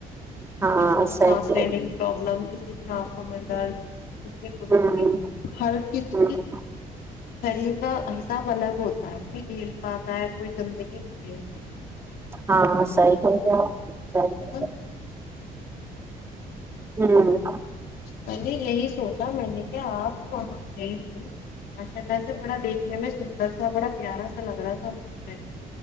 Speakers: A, on the right (about 15°); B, on the left (about 85°).
A: ہاں
B: کسی کو
A: صحیح
B: سانس
A: کہہ
B: لینے کی پرابلم کسی ج آنکھوں میں درد اس لیے بوولک
A: رہی ہوں
B: کہ بارت کی س
A: ہ
B: شریر کا حساب الگ ہوتا ہے وہئی جھیل پاتا ہے کوئی گندگی نہیں رہ
A: ہاں صحیح کہہ رہے آپ صحیح
B: ہیلو <unintelligible>
A: ہوں <unintelligible>
B: میں نے یہی سوچا میں نے کہ آپ وہاں گئے ہو ماشاء اللہ سے بڑا دیکھنے میں سندر سا بڑا پیارا سا لگ رہا تھا مجھے